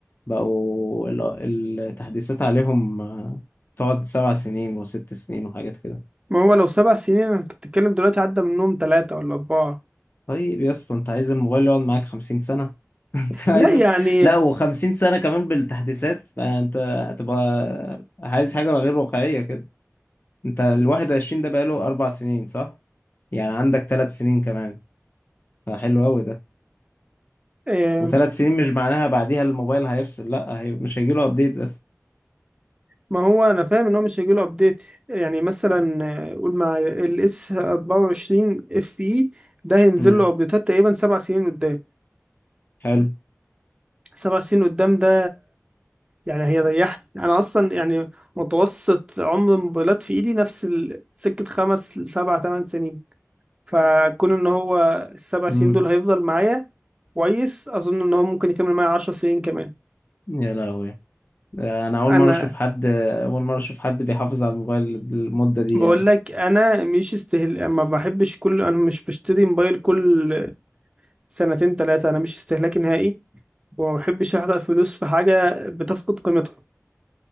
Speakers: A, on the left; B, on the right.
A: بقوا ال- التحديثات عليهم آه، تقعد سبع سنين وست سنين وحاجات كده
B: ما هو لو سبع سنين انا كنت بتتكلم دلوقتي عدى منهم ثلاثه ولا اربعه
A: طيب يا اسطى انت عايز الموبايل يقعد معاك 50 سنه <laughs> انت عايزه
B: لا يعني
A: لا و50 سنة كمان بالتحديثات فانت هتبقى عايز حاجة غير واقعية كده انت ال 21 ده بقاله اربع سنين صح؟ يعني عندك ثلاث سنين كمان فحلو قوي ده
B: آه،
A: وثلاث سنين مش معناها بعديها الموبايل هيفصل لا هي مش هيجيله ابديت بس
B: ما هو انا فاهم ان هو مش هيجيله ابديت يعني مثلا آه، قول مع الاس 24 اف اي ده هينزل
A: امم
B: له ابديتات تقريبا سبع سنين قدام
A: حلو
B: سبع سنين قدام ده يعني هي ريحت انا اصلا يعني متوسط عمر الموبايلات في ايدي نفس ال- سكة خمس لسبع تمن سنين فكون ان هو السبع سنين
A: امم
B: دول هيفضل معايا كويس اظن ان هو ممكن يكمل معايا عشر سنين كمان
A: يا لهوي ده انا اول
B: انا
A: مرة اشوف حد اول مرة اشوف حد بيحافظ على الموبايل المدة دي
B: بقول
A: يعني
B: لك انا مش استهل ما بحبش كل انا مش بشتري موبايل كل سنتين ثلاثة انا مش استهلاكي نهائي وما بحبش احرق فلوس في حاجة بتفقد قيمتها